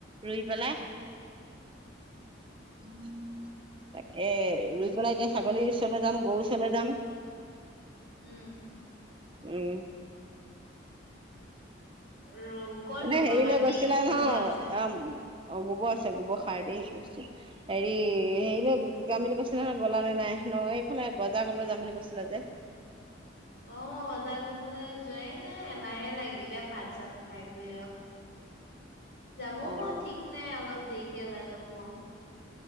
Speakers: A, on the right (about 25°); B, on the left (about 60°).
A: ৰুই পেলাই তাকে ৰুই পেলাই এতিয়া ছাগলীৰ ওচৰলে যাম গৰু ওচৰলে যাম।
B: উম
A: উম
B: ৰ ক'ত
A: এনেই
B: ৰুবা
A: হেইলে
B: মাটি
A: গৈছিলা নহয়
B: গোবৰ আছে
A: অ অ গোবৰ আছে গোবৰ খাৰ দিহেচি থৈছোঁ হেৰি হেৰিলৈ যাম বুলি কৈছিলা নহয় গলা নে নাই ন এইফালে বজাৰ কৰিব যাম বুলি কৈছিলা যে
B: অ মই বজাৰ কৰিবলে যোৱাই মে এলাহে লাগিলে ভাত চাত খাই কৈ আঔ যাবও
A: অ
B: পাৰোঁ মই ঠিক নাই অলপ দেৰিকে ওলায় যাব পাৰোঁ